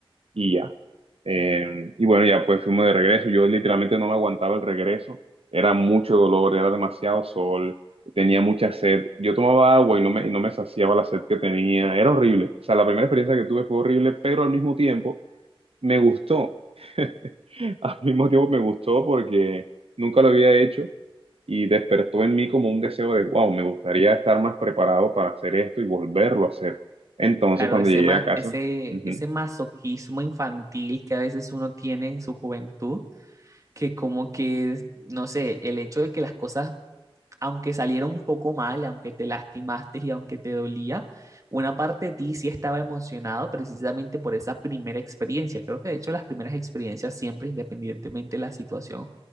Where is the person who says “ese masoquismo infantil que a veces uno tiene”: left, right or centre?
Right